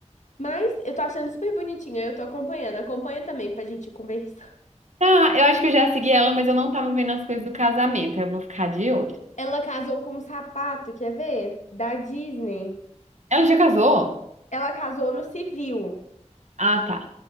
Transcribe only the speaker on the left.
Mas eu tô achando super bonitinha, eu tô acompanhando. Acompanha também pra gente conversar.
<laughs> Ela casou com um sapato, quer ver? Da Disney.
Ela casou no civil.